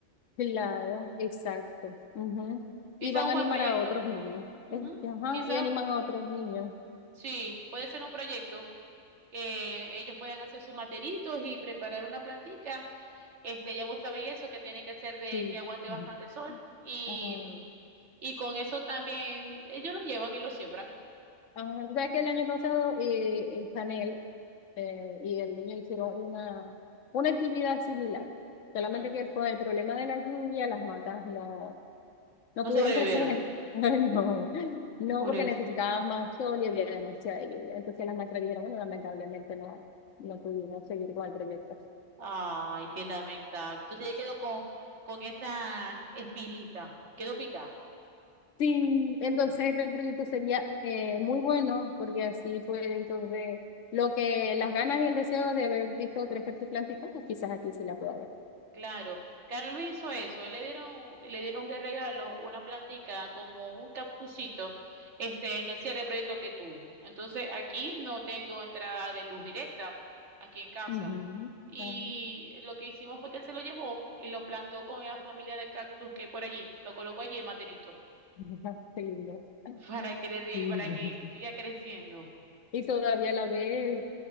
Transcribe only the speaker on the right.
Quizás
un
buen
proyecto.
Ujú.
Quizás
Sí, puede ser un proyecto que ellos puedan hacer sus materitos y preparar una plantica. Este, ya vos sabéis eso, que tiene que ser de
que aguante
bastante sol. Y,
mm, y con eso también ellos lo llevan y lo siembran.
Ujú.
No
sobrevivieron
por
esto.
Ay, qué lamentable. Entonces ya quedó con, con esa espinita. Quedó picada.
<laughs>
Claro, Carlos hizo eso, él le dieron, un- le dieron de regalo una plantica como un cactusito, este, en el cierre de proyecto que tuvo. Entonces aquí no tengo entrada de luz directa, aquí en casa.
Y
lo que hicimos fue que él se lo llevó y lo plantó con la familia de cactus que hay por allí, lo colocó allí el materito,
<laughs> para que le, rie-
para que siga creciendo.